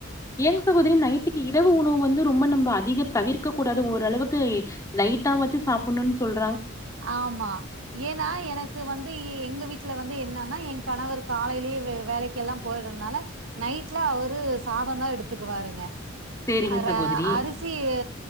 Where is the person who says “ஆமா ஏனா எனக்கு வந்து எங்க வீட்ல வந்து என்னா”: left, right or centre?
Right